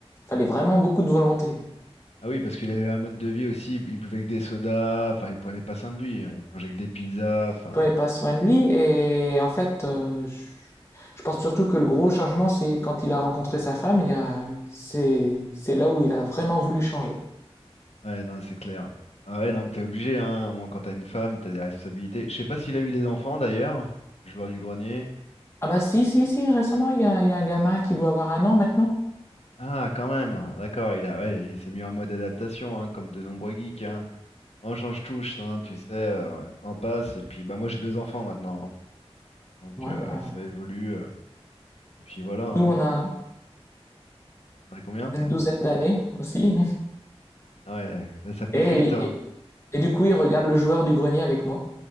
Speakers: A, on the left; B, on the left.
A: fallait vraiment beaucoup de volonté.
B: Ah oui, parce qu'il avait un mode de vie aussi. Il buvait que des sodas. Enfin, il prenait pas soin de lui. hein, Il mangeait que des pizzas. Enfin,
A: Il prenait pas soin de lui et en fait, euh, je, je pense surtout que le gros changement, c'est quand il a rencontré sa femme. Il y a, c'est, c'est là où il a vraiment voulu changer.
B: Ouais, non, c'est clair. Ah ouais, non, mais t'es obligé, hein. Au moins, quand t'as une femme, t'as des responsabilités. Je sais pas s'il a eu des enfants d'ailleurs, le joueur du grenier.
A: Ah bah si, si, si, récemment, il y a, il y a un gamin qui doit avoir un an maintenant.
B: Ah, quand même, d'accord, il a, ouais, il s'est mis en mode adaptation, hein, comme de nombreux geeks, hein. On change touche, hein, tu sais, euh, le temps passe, et puis bah moi j'ai deux enfants maintenant, hein. donc
A: Ouais,
B: euh,
A: bah,
B: ça évolue, euh, et puis voilà, hein.
A: nous, on a
B: T'en as combien?
A: une douzaine d'années aussi.
B: Ah ouais,
A: <laughs>
B: là, ça pousse
A: Et,
B: vite, hein.
A: et, et du coup, il regarde le joueur du grenier avec moi.